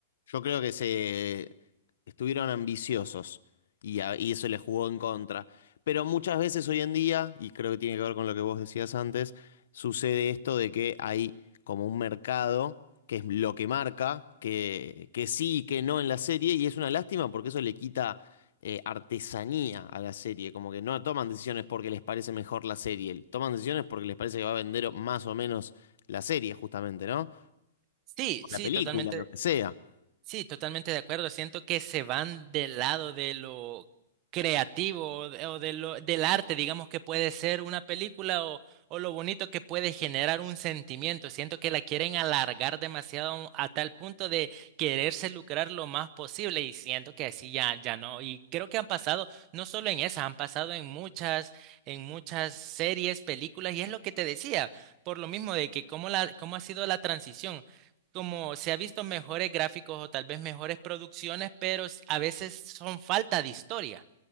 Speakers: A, on the left; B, on the right.
A: Yo creo que se estuvieron ambiciosos y, a- y eso les jugó en contra. Pero muchas veces hoy en día, y creo que tiene que ver con lo que vos decías antes, sucede esto de que hay como un mercado que es lo que marca, que, que sí y que no en la serie, y es una lástima porque eso le quita eh, artesanía a la serie, como que no toman decisiones porque les parece mejor la serie, toman decisiones porque les parece que va a vender o- más o menos la serie, justamente, ¿no?
B: Sí,
A: O
B: sí,
A: la Sí. película,
B: totalmente
A: lo que sea.
B: Sí, totalmente de acuerdo. Siento que se van del lado de lo creativo o de, o de lo, del arte, digamos que puede ser una película o, o lo bonito que puede generar un sentimiento. Siento que la quieren alargar demasiado a tal punto de quererse lucrar lo más posible y siento que así ya, ya no. Y creo que han pasado, no solo en esa, han pasado en muchas, en muchas series, películas y es lo que te decía, por lo mismo de que cómo la, cómo ha sido la transición como se ha visto mejores gráficos o tal vez mejores producciones, pero s- a veces son falta de historia.